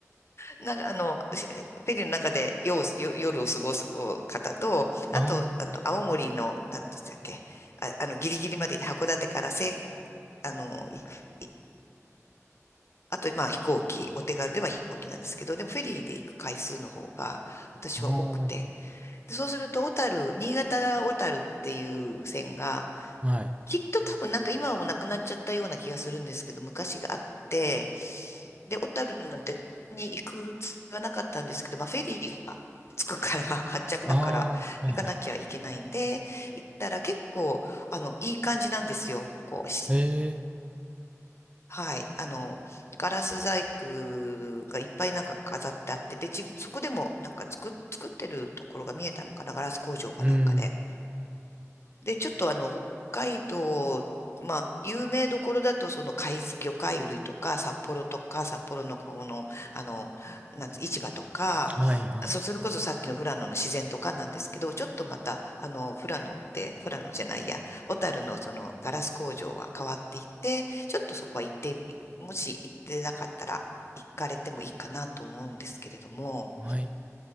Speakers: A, on the left; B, on the right.
A: なんか、あの、しフェリーの中で夜を、夜夜を過ごすこう方と、
B: あ
A: あと、あの、青森の、なんて言ってたっけ、あ、あの、ギリギリまで行って函館から青あの、行く。あと、まあ飛行機、お手軽では飛行機なんですけど、でもフェリーで行く回数の方が私は多くて。
B: あ、あ
A: で、そうすると、小樽、新潟小樽っていう線が、
B: あ、はい。
A: きっと多分なんか今はもうなくなっちゃったような気がするんですけど、昔があって、で、小樽なんてに行くつもりはなかったんですけど、まあフェリーが着くから、発着だから行かなきゃいけないんで、
B: ああ、はいはい。
A: 行ったら結構、あの、いい感じなんですよ。こう、し
B: ええ、
A: はい。あの、ガラス細工がいっぱいなんか飾ってあって、で、じ、そこでもなんか作っ、作ってるところが見えたのかな、ガラス工場かなんかで。
B: うん、
A: で、ちょっとあの、北海道、まあ、有名どころだと、その海、魚介類とか、札幌とか、札幌のこの、あの、なんつ市場とか、
B: はいはい。
A: あそ、それこそさっきの富良野の自然とかなんですけど、ちょっとまた、あの、富良野って、富良野じゃないや、小樽のそのガラス工場は変わっていて、ちょっとそこは行ってみ、もし行ってなかったら、行かれてもいいかなと思うんですけれども、
B: はい。